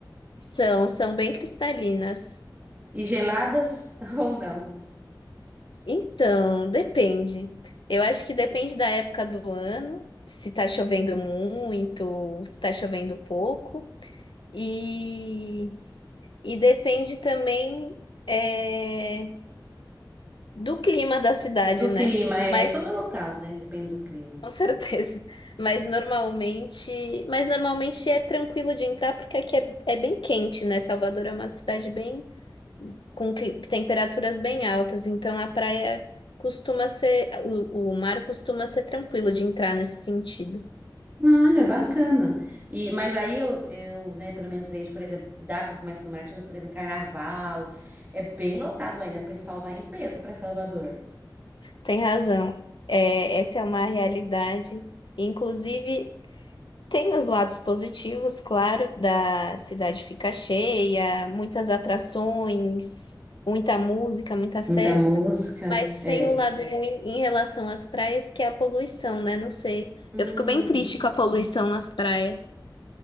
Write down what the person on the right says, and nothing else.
E geladas <laughs> ou não?
Do
clima, é
todo local, né? Depende do clima.
Olha, bacana. E, mas aí eu, eu, né, pelo menos vejo, por exemplo, datas mais comemorativas, por exemplo, carnaval. É bem lotado aí, né? O pessoal vai em peso para Salvador.
Muita música.
É.
Hum.